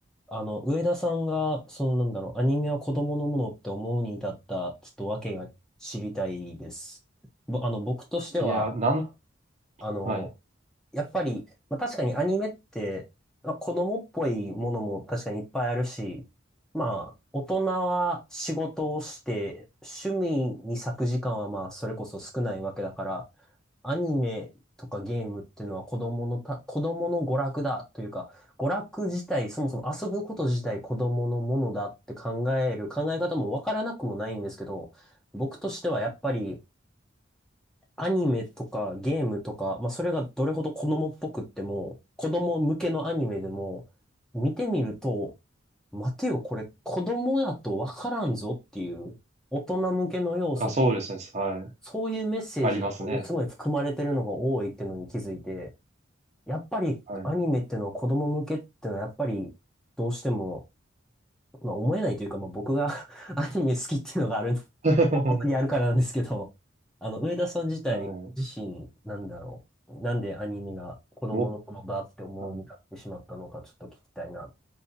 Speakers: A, in the centre; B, on the right (about 35°).
A: あの、上田さんが、そのなんだろう、アニメは子供のものって思うに至った、ちょっと訳が知りたいです。ぼ、あの、僕としては、
B: いや、なん、
A: あの、
B: はい。
A: やっぱり、まあ、確かにアニメって、まあ、子供っぽいものも確かにいっぱいあるし、まあ、大人は仕事をして、趣味に割く時間はまあ、それこそ少ないわけだから、アニメとかゲームっていうのは子供のた、子供の娯楽だというか、娯楽自体、そもそも遊ぶこと自体子供のものだって考える考え方もわからなくもないんですけど、僕としてはやっぱりアニメとかゲームとか、まあ、それがどれほど子供っぽくっても、子供向けのアニメでも、見てみると、待てよ、これ子供やとわからんぞっていう、大人向けの要素と、
B: あ、そうですね。はい。
A: そういうメッセージがものすごい含まれてるのが多いっていうのに気づいて、
B: ありますね。
A: やっぱりアニメってのは子供向けってのはやっぱりどうしても
B: はい。
A: まあ思えないというか、まあ僕が <laughs> アニメ好きっていうのがある、
B: <laughs>
A: 本当にあるからなんですけど、あの、上田さん自体、
B: はい。
A: 自身、なんだろう。なんでアニメが子供の頃だって思うになってしまったのか、
B: 僕はい
A: ちょっと聞きたいな、